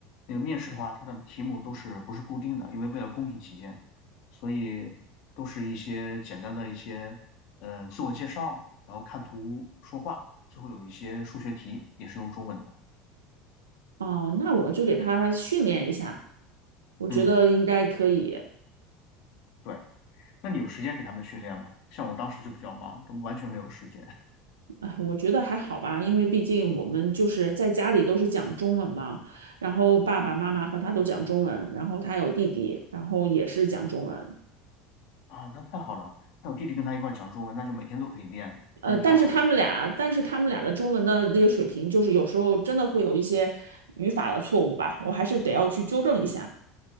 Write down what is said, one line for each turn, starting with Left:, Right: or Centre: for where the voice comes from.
Left: 那个面试的话，它的题目都是不是固定的，因为为了公平起见，所以都是一些简单的一些呃自我介绍，然后看图说话，最后有一些数学题也是用中文的。
Right: 哦，那我就给他训练一下。我觉得应该可以，
Left: 嗯，对。那你有时间给他们训练吗？像我当时就比较忙，都完全没有时间
Right: 哎，我觉得还好吧，因为毕竟我们就是在家里都是讲中文嘛，然后爸爸妈妈和他都讲中文，然后他有弟弟，然后也是讲中文，
Left: <laughs> 啊。那太好了，那我弟弟跟他一块儿讲中文，那就每天都可以练了真是太好了。
Right: 呃，但是他们俩，但是他们俩的中文的那个水平，就是有时候真的会有一些语法的错误吧，我还是得要去纠正一下。